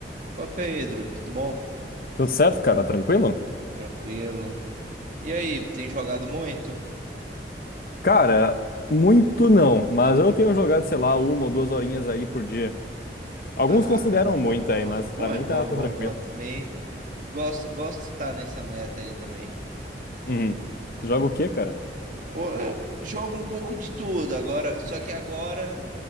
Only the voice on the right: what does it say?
Opa, Pedro, tudo bom?
Tranquilo. E aí, tem jogado muito?
Ah,
tá bom.
Pô,
é bom,
é
bom,
é bom. Também gosto, gosto de estar nessa meta aí também.
Pô, eu jogo um pouco de tudo agora, só que agora,